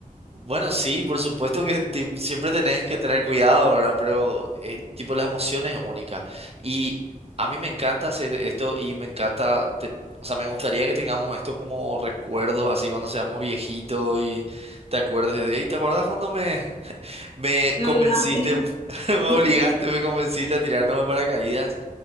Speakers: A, on the right; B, on the left.
A: Bueno, sí, por supuesto que ti- siempre tenés que tener cuidado, ¿verdad? Pero eh, tipo la emoción es única. Y a mí me encanta hacer esto y me encanta, ten- o sea, me gustaría que tengamos esto como recuerdos, así cuando seamos viejitos y te acuerdes de, y te acordás cuando me, <laughs> me
B: Me
A: convenciste,
B: obligaste.
A: <laughs> me obligaste,
B: <laughs>
A: me convenciste a tirarnos de paracaídas.